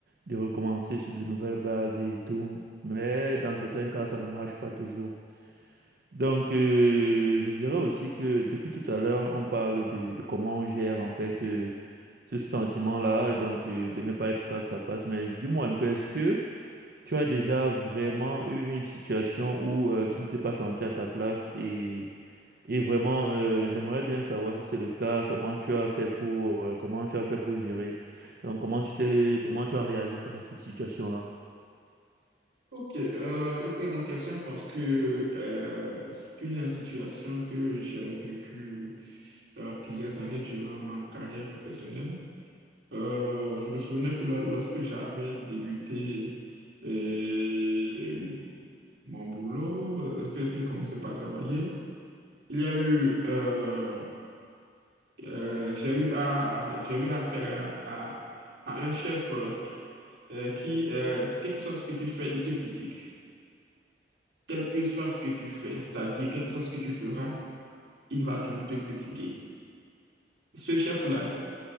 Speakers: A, on the right; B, on the right.
A: de recommencer sur de nouvelles bases et tout. Mais dans certains cas, ça ne marche pas toujours. Donc, euh, je dirais aussi que depuis tout à l'heure, on parle de, de comment on gère en fait euh, ce sentiment-là, donc euh, de ne pas être ça à sa place. Mais dis-moi un peu, est-ce que... Tu as déjà vraiment eu une situation où euh, tu ne t'es pas senti à ta place et, et vraiment euh, j'aimerais bien savoir si c'est le cas, comment tu as fait pour euh, comment tu as fait pour gérer. Donc comment tu t'es comment tu as réagi face à cette situation-là?
B: Ok, euh, une très bonne question parce que euh, c'est une situation que j'ai vécue euh, plusieurs années durant ma carrière professionnelle. Euh, je me souvenais que lo- lorsque j'avais débuté euh, mon boulot, euh, est-ce que, est-ce que j'ai commencé à travailler? Il y a eu, euh, euh, j'ai eu à, à- j'ai eu affaire à, à- à un chef euh, qui, euh, qui, euh, quel que soit ce que tu fais, il te critique. Quel que soit ce que tu fais, c'est-à-dire quel que soit ce que tu feras, il va toujours te critiquer. Ce chef-là,